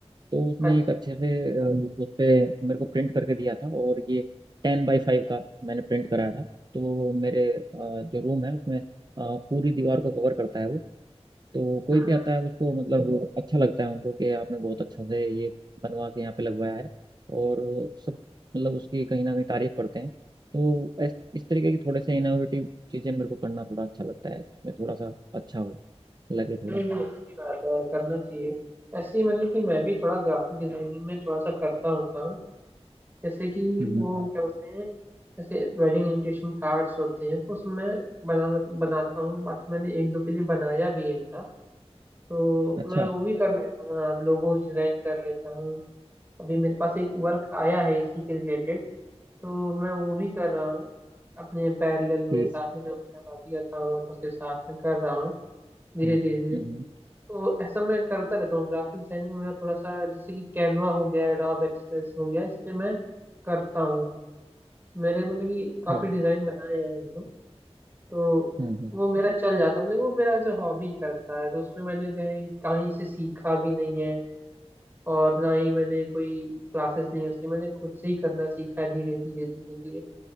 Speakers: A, on the right; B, on the right.
A: तो उसने
B: अच्छा
A: एक अच्छे से अ, उस पे मेरे को प्रिंट करके दिया था और ये टेन बाई फाइव का मैंने प्रिंट कराया था तो मेरे अ, जो रूम है उसमें अ, पूरी दीवार को कवर करता है वो तो कोई
B: हम्म
A: भी
B: हम्म।
A: आता है उसको मतलब वो अच्छा लगता है उनको कि आपने बहुत अच्छा से ये बनवा के यहाँ पे लगवाया है और सब मतलब उसकी कहीं ना कहीं तारीफ करते हैं तो इस, इस तरीके की थोड़े से इनोवेटिव चीज़ें मेरे को करना थोड़ा अच्छा लगता है जिसमें थोड़ा सा अच्छा हो लगे थोड़ा
B: नहीं नहीं अच्छी बात है करना चाहिए ऐसे ही मतलब कि मैं भी थोड़ा ग्राफिक डिजाइनिंग में थोड़ा सा करता हूँ काम जैसे कि
A: हम्म
B: वो क्या बोलते हैं जैसे वेडिंग इनविटेशन कार्ड्स होते हैं वो सब मैं बना बनाता हूँ बाकी मैंने एक दो के लिए बनाया भी है ऐसा तो
A: अच्छा
B: मैं वो भी कर लेता हूँ हाँ लोगोस डिजाइन कर लेता हूँ अभी मेरे पास एक वर्क आया है इसी के रिलेटेड तो मैं वो भी कर रहा हूँ अपने पैरेलल में
A: ठीक
B: साथ में जो मेरा बाकी का काम होता है उसके साथ में कर रहा हूँ धीरे
A: हम्म,
B: धीरे
A: हम्म,
B: तो ऐसा मैं करता रहता हूँ ग्राफिक डिजाइनिंग मेरा थोड़ा सा जैसे कि कैनवा हो गया एडोब एक्सप्रेस हो गया इस पे मैं करता हूँ मेरे मतलब कि काफी
A: अच्छा
B: डिजाइन बनाए हैं हम लोग तो
A: हम्म हम्म
B: वो मेरा चल जाता है मतलब वो मेरा जो हॉबी करता है तो उसमें मैंने जो है कहीं से सीखा भी नहीं है और ना ही मैंने कोई क्लासेस ली हैं उसकी मैंने खुद से ही करना सीखा है धीरे धीरे धीरे धीरे